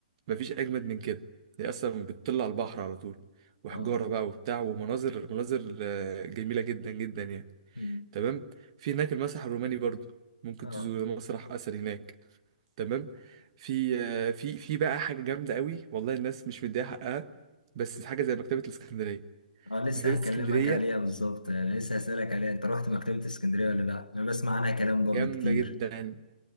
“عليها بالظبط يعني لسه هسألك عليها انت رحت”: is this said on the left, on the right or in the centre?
Left